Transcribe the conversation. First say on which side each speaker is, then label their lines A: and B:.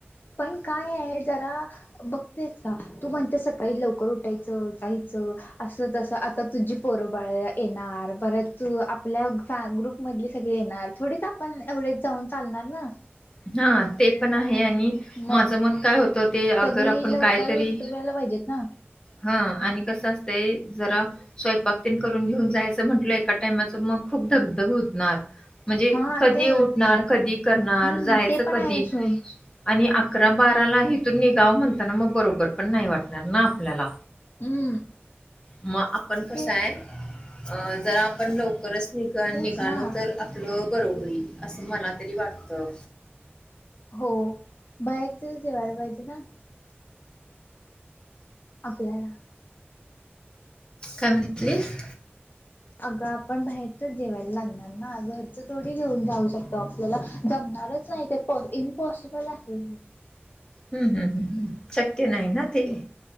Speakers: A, on the left; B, on the left.
A: पण काय आहे जरा बघतेस का तू म्हणतेस सकाळी काही लवकर उठायचं, जायचं. असं तसं आता तुझी पोरोबाळ येणार परत आपल्या फॅ ग्रुप मधली सगळी येणार थोडीच आपण एवढेच जाऊन चालणार ना.
B: हां ते पण आहे आणि
A: मग
B: माझं मत काय होतं ते
A: सगळी
B: अगर आपण
A: लवकर
B: कायतरी
A: उठवायला पाहिजेत ना
B: हा आणि कसं असतंय जरा स्वयंपाक तेन करून घेऊन जायचं म्हंटलं एका टायमाच मग खूप धगधग होतणार. म्हणजे
A: हा
B: कधी
A: ते
B: उठणार, कधी करणार,
A: हम्म
B: जायचं
A: ते पण
B: कधी.
A: आहे सोड
B: आणि अकरा बारा ला हिथून निघाव म्हणताना मग बरोबर पण नाही वाटणार ना आपल्याला.
A: हम्म
B: मग आपण कस
A: ते
B: आहे अह जर आपण लवकरच इथून
A: तेच
B: निघालो
A: ना
B: तर आपलं बरं होईल असं मला तरी वाटतं.
A: हो बाहेरचच जेवायला पाहिजे ना आपल्याला
B: काय म्हणतेस.
A: अगं आपण बाहेरच जेवायला लागणार ना. घर अस थोडी घेऊन जाऊ शकतो आपल्याला जमणारच नाही ते पॉ इम्पॉसिबल आहे.
B: हम्म हम्म हम्म शक्य नाही ना ते.